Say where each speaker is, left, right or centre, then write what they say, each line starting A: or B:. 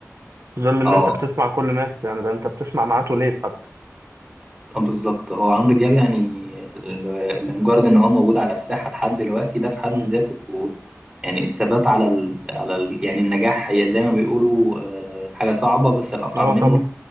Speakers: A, on the right (about 60°); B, on the right (about 20°).
A: في ظل ان
B: اه
A: انت بتسمع كل الناس يعني ده انت بتسمع معاه ليت حتى
B: آه، بالظبط هو عمرو دياب يعني ل- لمجرد ان هو موجود على الساحة لحد دلوقتي ده في حد
A: امم
B: ذاته يعني الثبات على ال... على ال... يعني النجاح هي زي ما بيقولوا آه، حاجة صعبة بس الأصعب
A: اه
B: منه
A: طبعا